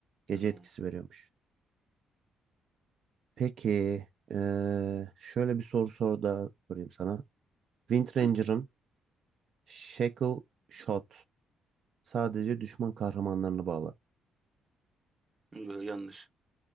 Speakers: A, on the right; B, on the right.
A: Gece
B: Hmm.
A: etkisi veriyormuş. Peki, ee, şöyle bir soru sor da sorayım sana. Wind Ranger'ın
B: Hı.
A: Shackle Shot sadece düşman kahramanlarını bağlar.
B: Hı, Yanlış.